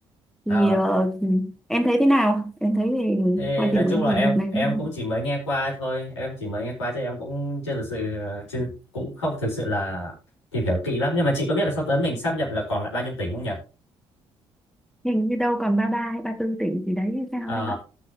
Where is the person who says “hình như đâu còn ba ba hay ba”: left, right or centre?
Centre